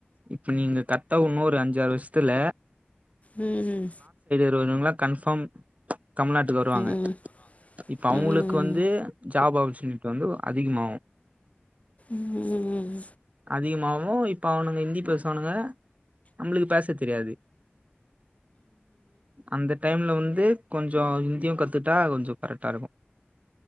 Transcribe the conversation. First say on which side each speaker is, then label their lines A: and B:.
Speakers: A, on the right (about 35°); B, on the left (about 35°).
A: இப்ப நீங்க கர்ட்டா இன்னொரு அஞ்சாறு வருஷ் த்துல
B: உம் ம்
A: இவ இவங்கல்ல கன்பார்ம் தமிழ்நாட்டுக்கு வருவாங்க
B: ம்
A: இப்ப அவங்களுக்கு
B: ம்
A: வந்து ஜாப் ஆப்பர் சுனிட்டு வந்து அதிகமாவு
B: உம்
A: அதிகமாகவொ இப்ப அவனுங்க ஹிந்தி பேசுவனுுங்க நம்மளுக்கு பேச தெரியாது அந்த டைம்ல வந்து கொஞ்சம் இந்தியும் கத்துட்டா கொஞ்சம் கரெக்டா இருக்கும்